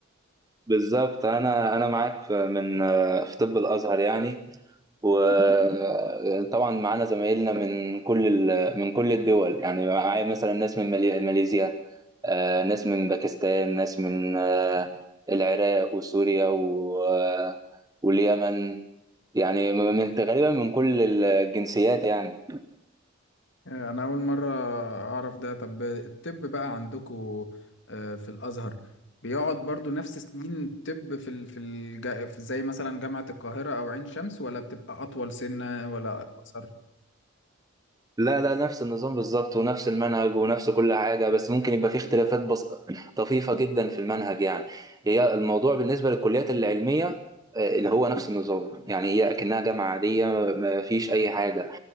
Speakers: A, on the right (about 20°); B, on the left (about 60°).
A: بالظبط أنا أنا معاك في من في طب الأزهر يعني وطبعا معانا زمايلنا من كل ال... من كل الدول يعني معايا مثلا ناس من مالي... ماليزيا آه، ناس من باكستان ناس من آه، العراق وسوريا و... آه، واليمن يعني من غالبا من كل الجنسيات يعني
B: انا اول مره اعرف ده طب الطب بقى عندكو آه، في الازهر بيقعد برضو نفس سنين الطب في ال... في, الج... في زي مثلا جامعه القاهره او عين شمس ولا بتبقى اطول سنه ولا اقصر
A: لا لا نفس النظام بالظبط ونفس المنهج ونفس كل حاجة بس ممكن يبقى فيه اختلافات بس... طفيفة جدا في المنهج يعني هي الموضوع بالنسبة للكليات العلمية آه، اللي هو نفس النظام يعني هي أكنها جامعة عادية ما ما فيش أي حاجة